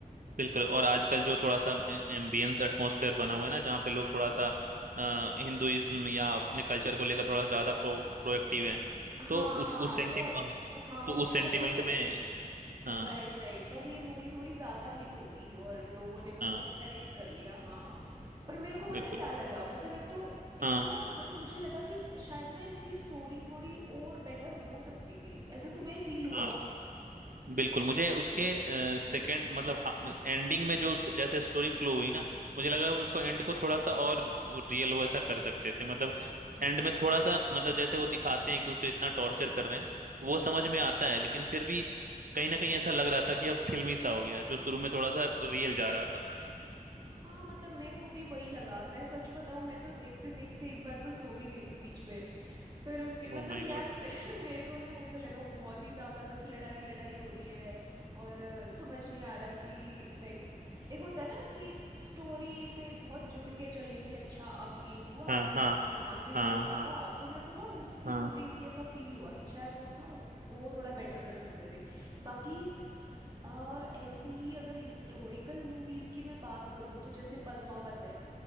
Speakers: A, on the right (about 65°); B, on the right (about 25°).
A: बिल्कुल और आजकल जो थोड़ा सा एम्बियंस एटमॉस्फेयर बना हुआ है ना जहाँ पे लोग थोड़ा सा हिंदुइज्म या अपने कल्चर को लेकर थोड़ा सा ज्यादा प्रो प्रोएक्टिव है
B: हाँ
A: तो उस
B: हाँ
A: उस सेंटि
B: तो हाँ
A: तो
B: उसको
A: उस सेंटिमेंट
B: लेके
A: में हाँ
B: राइट राइट तब ये मूवी थोड़ी ज्यादा हिट हो गई और लोगों ने मतलब
A: हाँ
B: कनेक्ट कर लिया हाँ पर मेरे को पता
A: बिल्कुल
B: है क्या लगा मतलब एक तो एक
A: हाँ
B: तो ना मतलब मुझे लगा कि शायद ना इसकी स्टोरी थोड़ी और बेटर हो सकती थी ऐसे तुम्हें फील हुआ
A: हाँ बिल्कुल मुझे उसके सेकंड मतलब हाँ, एंडिंग में जो उसको जैसे स्टोरी फ्लो हुई ना मुझे लगा उसको एंड को थोड़ा सा और रियल वैसा कर सकते थे मतलब एंड में थोड़ा सा मतलब जैसे वो दिखाते हैं कि उसे इतना टॉर्चर कर रहे हैं वो समझ में आता है लेकिन फिर भी कहीं ना कहीं ऐसा लग रहा था कि अब फिल्मी सा हो गया जो शुरू में थोड़ा सा रियल जा रहा था
B: हाँ मतलब मेरे को भी वही लगा मैं सच बताऊं मैं तो देखते देखते एक बार तो सो भी गई थी बीच में फिर उसके मतलब
A: Oh my
B: यार
A: god
B: मे- <laughs> मेरे को ना ऐसा लगा बहुत ही ज्यादा बस लड़ाई लड़ाई हो रही है और अ, समझ नहीं आ रहा कि लाइक एक होता है ना कि स्टोरी से बहुत जुड़ के चले कि अच्छा अब ये हुआ
A: हाँ हाँ
B: यहाँ से ये
A: हाँ
B: होगा
A: हाँ
B: तो मेरे को ना उसकी
A: हाँ
B: थोड़ी सी ऐसा फील हुआ कि शायद वो ना वो थोड़ा बेटर कर सकते थे बाकी अ, ऐसी ही अगर हिस्टोरिकल मूवीज की मैं बात करूँ तो जैसे पद्मावत है